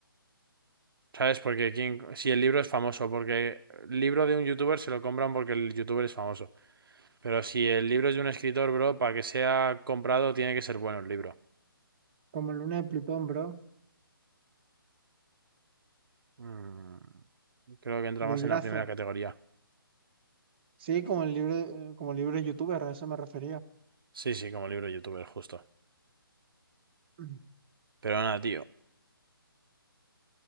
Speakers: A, on the right; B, on the right.
A: ¿Sabes? Porque quién- si el libro es famoso, porque el libro de un youtuber se lo compran porque el youtuber es famoso. Pero si el libro es de un escritor, bro, para que sea comprado tiene que ser bueno el libro.
B: como Luna de Plutón, bro.
A: Mm, Creo que entra
B: Librazo.
A: más en la primera categoría.
B: Sí, como el libro, eh, como el libro youtuber, a eso me refería. <clears throat>
A: Sí, sí, como libro youtuber, justo.
B: Mm,
A: Pero nada, tío.